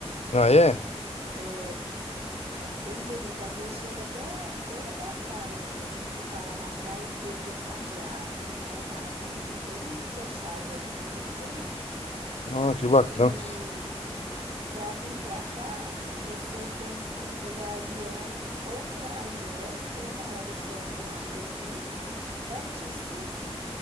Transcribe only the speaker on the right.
É. É bem bonito. Às vezes chega até à beira da praia mesmo. Você tá lá na praia e vê aquele tanto de árvore, aquela mata mesmo, bem fechada ainda. É Muito bonito.
E para vir para cá, você tem que pegar avião ou para Ilhéus, que é uma hora só de viagem daqui, que é pertíssimo,